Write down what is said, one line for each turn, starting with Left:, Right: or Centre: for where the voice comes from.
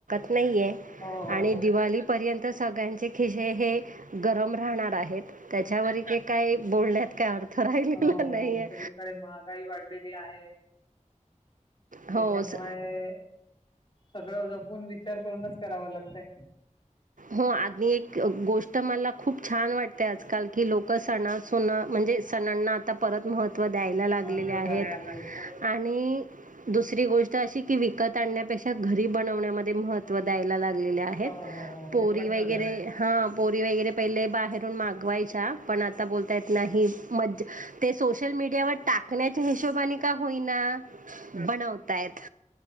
Right: नाही आहे
Left: हो हो
Right: आणि दिवाली पर्यंत सगळ्यांचे खिसे हे गरम राहणार आहेत. त्याच्यावरी के का काय बोलण्यात काय अर्थ राहील
Left: हो हो
Right: नाहीे.
Left: सगळीकडे महागाई वाढलेली आहे
Right: होस.
Left: त्याच्यामुळे सगळं जपून विचार करूनच, करावा लागतंय.
Right: हो आदली एक गोष्ट मला खूप छान वाटते आजकाल की लोकं सणासुना नं म्हणजे सणांना आता परत महत्त तव द्यायला लागलेले
Left: महत्व
Right: आहेत.
Left: द्यायला लागलेत बरोबर
Right: आणि
Left: आहे
Right: दुसरी गोष्ट अशी की, विकत आणण्यापेक्षा घरी बनवण्यामध्ये महत्त्व दय लागलेले आहेत
Left: हो
Right: हा
Left: हो हो हे
Right: पोरी
Left: पण
Right: वगैरे,
Left: खरं आहे
Right: हा पोरी वगैरे पहिले बाहेरून माग ग्वायच्या पण आता बोलता येत नाही मज्ज ते सोशल मीडियावर टाकण्याच्या हिशोबाने का होईना बनवतायेत.